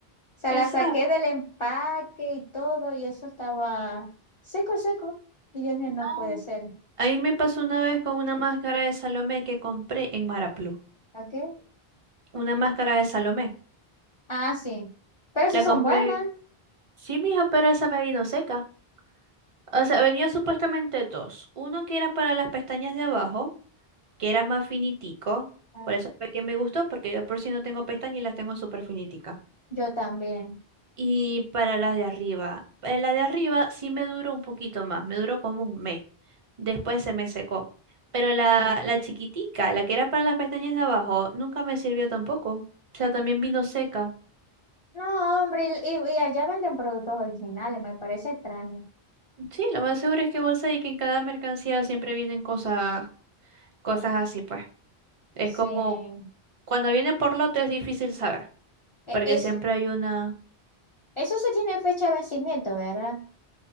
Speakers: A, on the left; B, on the right.
A: O sea,
B: Exacto.
A: la saqué del empaque y todo y eso estaba seco, seco. Y yo dije,
B: No.
A: no puede ser.
B: Ahí me pasó una vez con una máscara de Salomé que compré en Maraplu.
A: ¿A qué?
B: Una máscara de Salomé.
A: Ah, sí. Pero esas
B: La
A: son
B: compré.
A: buenas.
B: Sí, mija, pero esa me vino seca. O sea, venía supuestamente dos. Uno que era para las pestañas de abajo, que era más finitico.
A: Ah,
B: Por eso fue que me gustó, porque yo por si no tengo pestañas y las tengo súper finiticas.
A: Yo también.
B: Y para las de arriba, eh, la de arriba sí me duró un poquito más, me duró como un mes. Después se me secó. Pero la, la chiquitica, la que era para las pestañas de abajo, nunca me sirvió tampoco. O sea, también vino seca.
A: No, hombre, y, y- y allá venden productos originales, me parece extraño.
B: Sí, lo más seguro es que vos sabés que en cada mercancía siempre vienen cosas, cosas así, pues. Es
A: Sí.
B: como cuando viene por lote es difícil saber,
A: E-
B: porque
A: Es,
B: siempre hay una
A: eso se tiene fecha de vencimiento, ¿verdad?